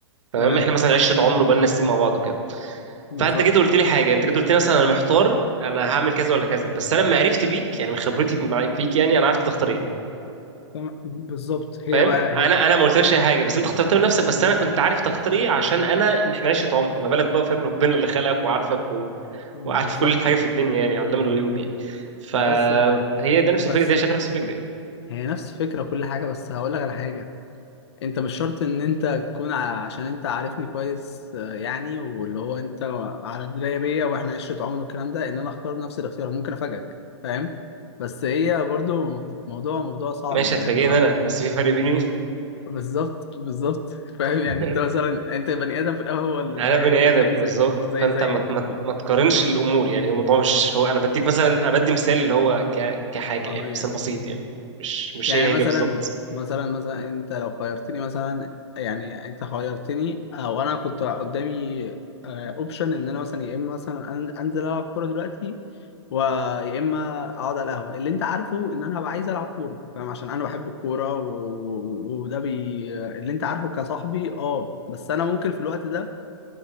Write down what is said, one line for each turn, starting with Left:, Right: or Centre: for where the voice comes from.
Right: تمام
Left: تمام
Right: احنا مثلا عشره عمر وبقالنا سنين مع بعض وكده
Left: بالظبط
Right: فانت جيت قلت لي حاجه انت جيت قلت لي مثلا انا محتار انا هعمل كذا ولا كذا بس انا لما عرفت بيك يعني من خبرتي مع- فيك يعني انا عرفت تختار ايه
Left: تمام بالظبط هي
Right: فاهم
Left: بقى هي
Right: انا انا ما قلتلكش
Left: هي-
Right: اي حاجه بس انت اخترت من نفسك بس انا كنت عارف تختار ايه عشان انا احنا عشره عمر ما بالك بقى فاهم ربنا
Left: مم.
Right: اللي خلقك وعارفك و...
Left: بالظبط
Right: وعارف كل حاجه في الدنيا يعني علام الغيوب يعني فهي
Left: بس ف...
Right: ده نفس الفكره
Left: بس
Right: دي شايفه نفس الفكره يعني
Left: هي نفس الفكره وكل حاجه بس هقول لك على حاجه انت مش شرط ان انت تكون ع- عشان انت عارفني كويس آه، يعني واللي هو انت على درايه بيا واحنا عشره عمر والكلام ده ان انا اختار نفس الاختيار ممكن افاجئك فاهم بس هي برضو موضوع موضوع صعب
Right: ماشي
Left: يعني
Right: هتفاجئني
Left: أنا مع-
Right: انا بس في فرق بيني
Left: <laughs> بالظبط بالظبط فاهم يعني
Right: <laughs>
Left: انت مثلا انت بني ادم في الاول هو اللي
Right: يعني
Left: زي
Right: انا بني ادم
Left: زي
Right: بالظبط
Left: زي زي
Right: فانت
Left: زيك
Right: ما ما ما تقارنش الامور يعني هو الموضوع مش هو انا بديك مثلا انا بدي مثال اللي هو ك كحاجه
Left: اه
Right: يعني مثال
Left: يعني
Right: بسيط يعني مش مش
Left: يعني
Right: هي هي
Left: مثلا
Right: بالظبط
Left: مثلا مثلا انت لو خيرتني مثلا يعني انت خيرتني او انا كنت قدامي اوبشن ان انا مثلا يا اما مثلا ان- انزل العب كوره دلوقتي ويا اما اقعد على القهوه اللي انت عارفه ان انا هبقى عايز العب كوره فاهم عشان انا بحب الكوره و- و- وده بي اللي انت عارفه كصاحبي اه بس انا ممكن في الوقت ده